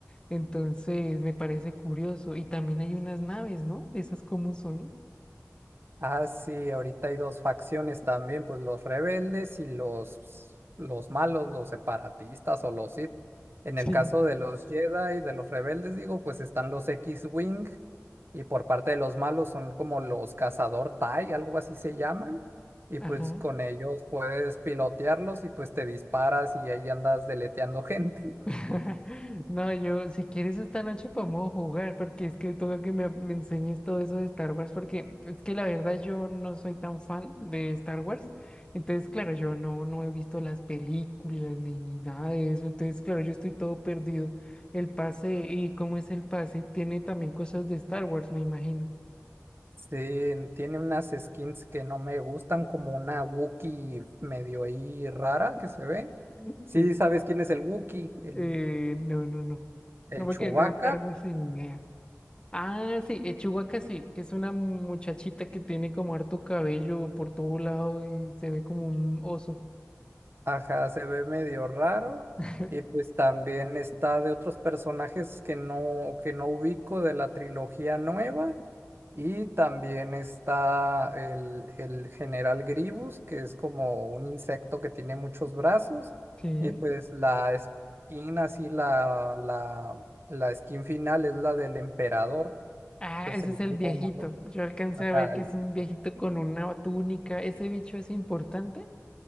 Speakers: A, on the left (about 20°); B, on the right (about 45°).
A: Entonces, me parece curioso. Y también hay unas naves, ¿no? ¿Esas cómo son?
B: ah, sí, ahorita hay dos facciones también, pues los rebeldes y los, los malos, los separatistas o los Sith. En
A: Sí.
B: el caso de los Jedi, de los rebeldes, digo, pues están los X-Wing y por parte de los malos son como los cazador tie algo así se llaman. Y
A: Ajá.
B: pues con ellos puedes pilotearlos y pues te disparas y ahí andas deleteando <laughs> gente.
A: <laughs> No, yo, si quieres esta noche podemos jugar, porque es que toca que me, me enseñes todo eso de Star Wars, porque es que la verdad yo no soy tan fan de Star Wars. Entonces, claro, yo no, no he visto las películas ni, ni nada de eso. Entonces, claro, yo estoy todo perdido. El pase, ¿y cómo es el pase? Tiene también cosas de Star Wars, me imagino.
B: Sí, en- tiene unas skins que no me gustan, como una Wookiee medio ahí rara que se ve.
A: <laughs>
B: Sí,
A: Sí.
B: ¿sabes quién es el Wookiee? El,
A: Eh, no, no, no.
B: el
A: No, porque
B: Chewbacca.
A: de Star Wars sin idea. Ah, sí, eh, Chihuahua sí, que es una muchachita que tiene como harto cabello por todo lado y se ve como un oso.
B: Ajá, se ve medio raro.
A: <laughs>
B: Y pues también está de otros personajes que no, que no ubico de la trilogía nueva. Y también está el, el general Gribus, que es como un insecto que tiene muchos brazos.
A: Sí.
B: Y pues la skin así la, la, la skin final es la del emperador.
A: Ah,
B: Pues
A: ese
B: el
A: es
B: malo,
A: el viejito.
B: malo.
A: Yo alcancé
B: Ajá,
A: a ver que
B: el
A: es
B: viejito.
A: un viejito con una túnica. ¿Ese bicho es importante?